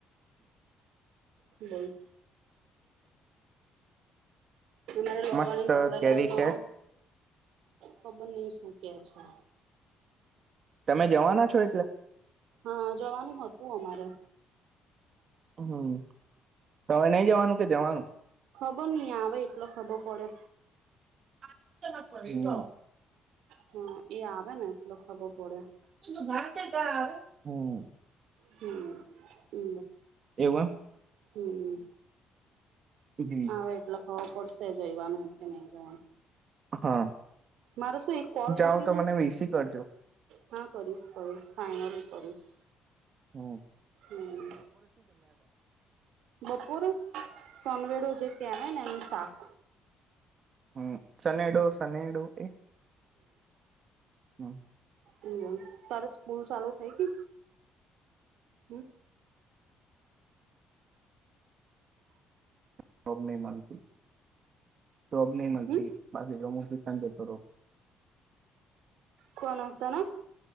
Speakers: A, on the right; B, on the right.
A: બોલ મારે ડોગા
B: મસ્ત
A: કપડા
B: કેરી
A: લે તો
B: છે
A: ખબર નઈ શું કે છે
B: તમે જવાના છો એટલે
A: હા જવાનું હતું અમારે
B: હમ તમે ન જવાનું કે જવાનું
A: ખબર નહી આવે એટલો ખબર પડે
B: <inaudible>
A: હમ હા એ આવે ને એકલો ખબર પડે
B: શું ભ છે ત્યાં આવે હમ
A: હમ એ
B: એવા
A: હમ
B: એમ
A: હવે એટલે ખવા પડશે જઈવાનું કે નહી જવાનું
B: હા
A: મારે શું એક કોલ પતી
B: જાઓ તો
A: છે
B: મને વીસી કરજો
A: હા કરીશ કરીશ ફાઈનલ કરીશ
B: હમ
A: હમ બપોર સનવેડો જે કહેય ને એનું શાક
B: હમ સનેડો સનેડો એ હ
A: હમ તારે સ્કૂલ ચાલુ થઈ કે હમ
B: શબ નહી માનતી તો અબ ન મળતી
A: હમ
B: બાકી તો રડે કરો
A: કોણતાના